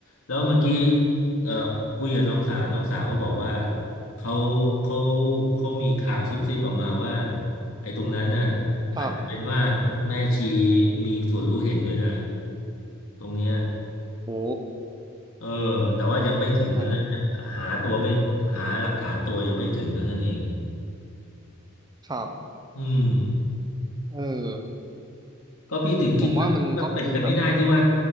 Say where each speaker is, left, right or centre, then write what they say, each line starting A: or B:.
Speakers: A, on the left (about 80°); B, on the right (about 20°).
A: แล้วเมื่อกี้เออคุยกับน้องสาวน้องสาวเขาบอกว่าเขาเขาเขามีข่าวซุบซิบออกมาว่าไอ้ตรงนั้นน่ะ
B: ครับ
A: อาจจะเป็นว่าแม่ชีมีส่วนรู้เห็นด้วยนะตรงเนี้ย
B: โอ้
A: เออแต่ว่ายังไม่ถึงเท่านั้นยังหาตัวไม่หาหลักฐานตัวยังไม่ถึงเท่านั้นเอง
B: มันครับ
A: อืม
B: เออ
A: ก็พี่ถึงคิดว่าว่าเป็นไปไม่ได้ที่ว่า
B: ผมว่ามันต้องมีแบบ